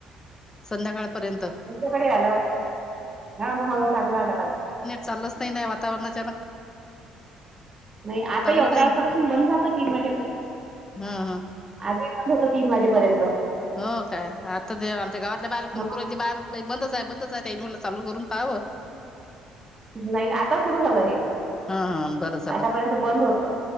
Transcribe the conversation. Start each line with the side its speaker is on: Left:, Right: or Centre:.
Left: संध्याकाळपर्यंत.
Right: त्यांच्याकडे आला हाव ना हाव चांगला आला कालचं.
Left: चालच नाही वातावरणाच्या ना.
Right: नाही आता
Left: चाललं
Right: ही अकरा
Left: नाही
Right: वाजतापासून बंद झाल तर तीन वाजेपर
Left: ह ह
Right: आजही होतं तीन वाजेपर्यंत.
Left: हो काय आता ते आमच्या गावातल्या बायला फोन
Right: हं
Left: करू राहील ती बाया ते बाई बंदच बंदच आहे त्याले म्हणलं चालू करून पहावं.
Right: नाही आता सुरू झालं हे
Left: हा हा बरं झालं
Right: आतापर्यंत बंद होतं.